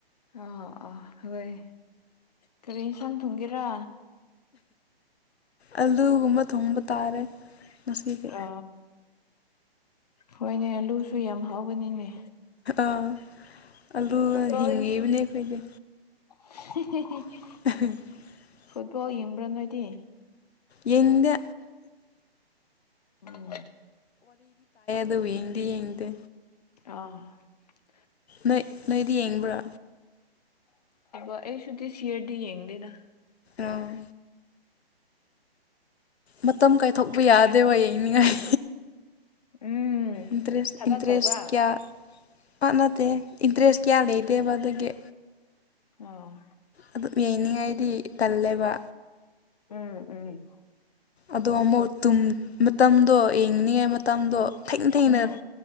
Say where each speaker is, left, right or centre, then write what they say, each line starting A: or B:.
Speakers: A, on the left; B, on the left.
A: ꯑꯥ ꯑꯥ ꯍꯣꯏ ꯀꯔꯤ ꯏꯟꯁꯥꯡ ꯊꯨꯡꯒꯦꯔꯥ
B: ꯑꯂꯨꯒꯨꯝꯕ ꯊꯣꯡꯕ ꯇꯥꯔꯦ ꯉꯁꯤꯗꯤ
A: ꯑ ꯍꯣꯏꯅꯦ ꯑꯂꯨꯁꯨ ꯌꯥꯝ ꯍꯥꯎꯕꯅꯤꯅꯦ
B: ꯑꯥ ꯑꯂꯨ
A: ꯐꯨꯠꯕꯣꯜ
B: ꯍꯤꯡꯉꯤꯕꯅꯦ ꯑꯩꯈꯣꯏꯗꯤ꯫
A: <unintelligible>
B: <unintelligible>
A: ꯐꯨꯠꯕꯣꯜ ꯌꯦꯡꯕ꯭ꯔꯥ ꯅꯣꯏꯗꯤ?
B: ꯌꯦꯡꯗꯦ
A: ꯎꯝ꯫
B: ꯗꯨ ꯕꯨ ꯌꯦꯡꯗꯤ ꯌꯦꯡꯗꯦ
A: <unintelligible>
B: ꯅꯣꯏ ꯅꯣꯏꯗꯤ ꯌꯦꯡꯕ꯭ꯔꯥ?
A: ꯑꯩꯁꯨꯤ ꯗꯤꯁ ꯏꯌꯔꯗꯤ ꯌꯦꯡꯗꯦ ꯗ꯫
B: ꯑꯥ ꯃꯇꯝ ꯀꯥꯏꯊꯣꯛꯄ ꯌꯥꯗꯦ ꯋꯥ ꯌꯦꯡꯅꯤꯡꯉꯥꯏ
A: ꯎꯝ
B: ꯏꯟꯇꯔꯦꯁ
A: ꯊꯕꯛ
B: ꯏꯟꯇꯔꯦꯁ
A: ꯇꯧꯕ꯭ꯔꯥ
B: ꯀꯌꯥ ꯋꯥꯥꯟꯅ ꯏꯟꯇꯔꯦꯁ ꯀꯌꯥ ꯂꯩꯗꯦꯕ ꯗꯨꯒꯤ
A: ꯑꯥ
B: ꯑꯗꯨꯝ ꯌꯩꯅꯤꯡꯉꯥꯏꯗꯤ ꯇꯜꯂꯦꯕ꯫
A: ꯎꯝ ꯎꯝ꯫
B: ꯑꯗꯣ ꯑꯃꯨꯛ ꯇꯨꯝ ꯃꯇꯝꯗꯣ ꯌꯦꯡꯅꯤꯡꯉꯥꯏ ꯃꯇꯝꯗꯣ ꯊꯦꯡꯅ - ꯊꯦꯡꯅ
A: ꯎꯝ